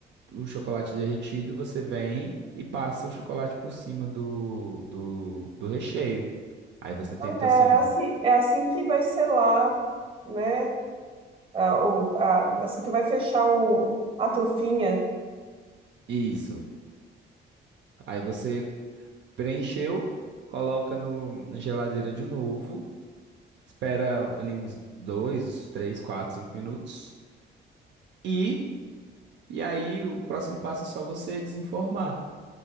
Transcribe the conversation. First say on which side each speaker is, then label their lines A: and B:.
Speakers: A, on the right (about 65°); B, on the right (about 25°).
A: o chocolate derretido você vem e passa o chocolate por cima do, do, do recheio. Aí você tenta
B: Ah, É
A: assim,
B: é assim, é assim que vai selar, né? A, o, a, assim que vai fechar o, a trufinha.
A: isso. Aí você preencheu, coloca no, na geladeira de novo, espera ali uns dois, uns três, quatro, cinco minutos e e aí o próximo passo é só você desenformar.